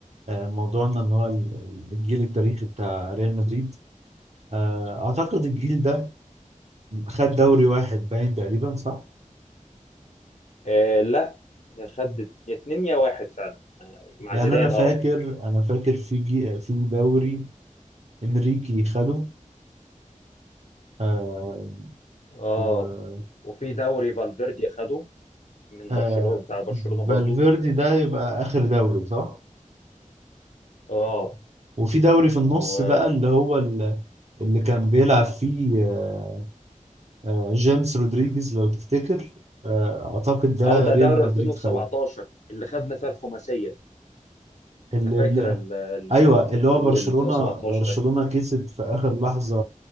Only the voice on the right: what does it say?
آه، موضوعنا ان هو ال- الجيل التاريخي بتاع ريال مدريد آه، اعتقد الجيل ده خد دوري واحد باين تقريبا صح؟
يعني
انا فاكر
انا فاكر في جي... في دوري انريكي خده آه
و
آه
فالفيردي ده يبقى آخر دوري صح؟
وفي دوري في
النص بقى اللي هو ال- اللي كان بيلعب فيه آه آه، جيمس رودريجيز لو تفتكر آه أعتقد ده
ريال
مدريد
خده
ال-
ال-
ايوه
اللي
هو برشلونة
برشلونة
كسب في اخر لحظة